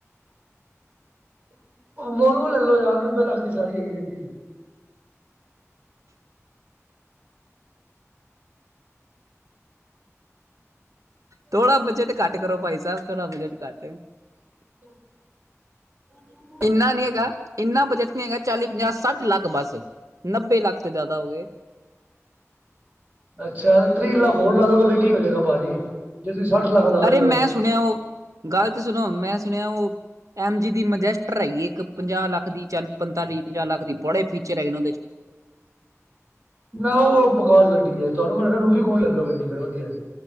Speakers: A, on the right (about 25°); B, on the right (about 80°).
A: ਵੋਲਵੋ ਲੈ ਲਓ ਯਾਰ ਨੱਬੇ ਲੱਖ ਦੀ ਸਾਰੀ ਹੈਗੀ ਗੱਡੀ
B: <inaudible> ਥੋੜਾ ਬਜਟ ਘੱਟ ਕਰੋ ਭਾਈ ਸਾਹਿਬ ਥੋੜਾ ਬਜਟ ਘੱਟ
A: <inaudible>
B: ਇੰਨਾ ਨੀ ਹੈਗਾ ਇੰਨਾ ਬਜਟ ਨਹੀਂ ਹੈਗਾ ਚਾਲੀ ਪੰਜਾਹ ਸੱਠ ਲੱਖ ਬਸ ਨੱਬੇ ਲੱਖ ਤੇ ਜ਼ਿਆਦਾ ਹੋ ਗਏ
A: ਅੱਛਾ ਤ੍ਰੀਹ ਲੱਖ ਹੋਰ ਲਾ ਦਿਓ ਕਹਦੇ ਕੀ ਹੋ ਜਾਗਾ ਭਾ ਜੀ ਜੇ ਤੁਸੀਂ ਸੱਠ ਲੱਖ ਲਾ
B: ਅਰੇ
A: ਰਹੇ
B: ਮੈਂ
A: ਹੋ
B: ਸੁਣਿਆ ਉਹ ਗਲਤ ਸੁਣੋ ਮੈਂ ਸੁਣਿਆ ਉਹ ਐਮ ਜੀ ਦੀ ਮਜੈਸਟਰ ਹੈਗੀ ਇੱਕ ਪੰਜਾਹ ਲੱਖ ਦੀ ਚਾਲ ਪੰਤਾਲੀ ਪੰਜਾਹ ਲੱਖ ਦੀ ਬੜੇ ਫੀਚਰ ਹੈਗੇ ਨੇ ਉਹਦੇ
A: ਨਾ ਉਹ ਬੁਖਾਰ ਗੱਡੀ ਹੈ ਤੁਹਾਨੂੰ ਮੈਂ ਰੂਬੀ ਕੌਣ ਲੈ ਲ ਲੋ ਗੱਡੀ ਫੇਿਰ ਵਧੀਆ